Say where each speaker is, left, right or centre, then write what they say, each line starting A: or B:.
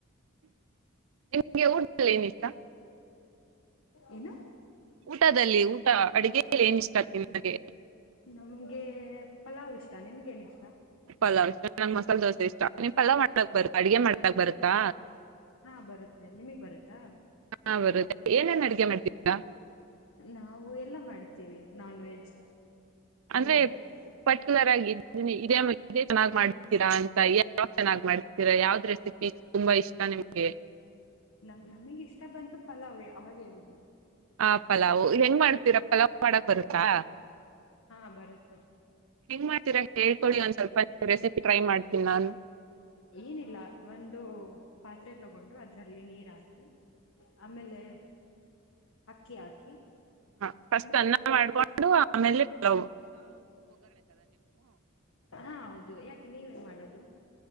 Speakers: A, on the right; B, on the left.
A: ನಿಮ್ಗೆ ಊಟದಲ್ಲಿ ಏನ ಇಷ್ಟ
B: ಏನು
A: ಊಟದಲ್ಲಿ ಊಟ ಅಡಗೆಲ್ಲಿ ಏನ್ ಇಷ್ಟ ಆಗ್ತಿ ನಿಮಗೆ
B: ನಮ್ಗೆ ಪಲಾವ್ ಇಷ್ಟ ನಿಮ್ಮಗೇನು ಇಷ್ಟ
A: ಪಲಾವ್ ಮಸಾಲೆ ದೋಸೆ ಇಷ್ಟ ನೀ ಪಲಾವ ಮಾಡ್ಲಾಕ್ ಬರುತ್ತಾ ಅಡ್ಗೆ ಮಾಡ್ಲಾಕ್ ಬರುತ್ತಾ
B: ಹಾ ಬರುತ್ತೆ ನಿಮಗ್ ಬರುತ್ತಾ
A: ಹಾ ಬರುತ್ತೆ ಏನೇನ್ ಅಡಿಗೆ ಮಾಡ್ತೀರಾ
B: ನಾವು ಎಲ್ಲ ಮಾಡ ತವಿ ನಾನ್ ವೆಜ್
A: ಅಂದ್ರೆ
B: ಎಲ್ಲ ಮಾಡ್ತೀವಿ
A: ಪರ್ಟಿಕ್ಯುಲರ್ ಆಗಿ ಇದೆ ಚೆನ್ನಾಗಿಮಾಡಿ ಇರಾ ಅಂತಯಾವ ಚೆನ್ನಾಗಿ ಮಾಡ್ತೀರಾ ಯಾವ್ದ್ ರೆಸಿಪಿ ತುಂಬಾ ಇಷ್ಟ ನಿಮ್ಗೆ
B: ನಾವ ನಮಗ್ ಇಷ್ಟ ಬಂತು ಪಲಾವ್ ವೆ ಅವಾಗ ಹೇಳಿದ್ದ
A: ಹ ಪಲಾವ್ ಹೆಂಗ ಮಾಡತಿರ ಪಲಾವ್ ಮಾಡಕ್ ಬರುತ್ತಾ
B: ಹಾ ಬರುತ್ತೆ
A: ಹೆಂಗ ಮಾಡತಿರ ಹೇಳಿಕೊಳ್ಳಿ ಒಂದ್ ಸ್ವಲ್ಪ ರೆಸಿಪಿ ಟ್ರೈ ಮಾಡ್ತೀನಿ ನಾನು
B: ಏನಿಲ್ಲ ಒಂದು ಪಾತ್ರೆ ತಗೊಂಡು ಅದರಲ್ಲಿ ನೀರು ಹಾಕಿ ಆಮೇಲೆ ಅಕ್ಕಿ ಹಾಕಿ
A: ಹ ಫಸ್ಟ್
B: ಆಮೇಲೆ
A: ಅನ್ನ
B: ಪಲ್ಲ
A: ಮಾಡ್ಕೊಂಡು ಆಮೇಲೆ ಹಲೋ
B: ಹಾ ಹೌದು ಯಾಕೆ ನೀವೇನ್ ಮಾಡದು ಹದು